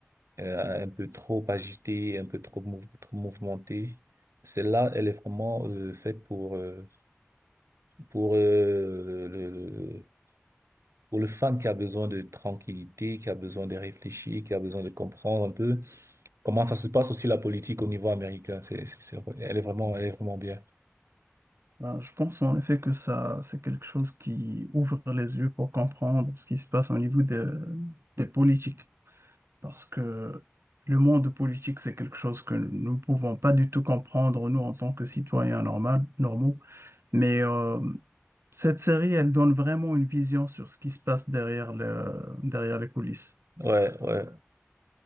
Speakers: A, on the right; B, on the right.
A: euh, un peu trop agitée, un peu trop, mouv- trop mouvementée. Celle-là, elle est vraiment euh, faite pour... euh, pour euh, le, le- pour le fan qui a besoin de tranquillité, qui a besoin de réfléchir, qui a besoin de comprendre un peu comment ça se passe aussi la politique au niveau américain. C'est, c'est, c'est- elle est vraiment, elle est vraiment bien.
B: Ben, je pense en effet que ça, c'est quelque chose qui ouvre les yeux pour comprendre ce qui se passe au niveau de- des politiques. parce que le monde politique, c'est quelque chose que nous ne pouvons pas du tout comprendre, nous, en tant que citoyens normal- normaux. Mais euh, cette série, elle donne vraiment une vision sur ce qui se passe derrière le, derrière les coulisses.
A: Ouais, ouais.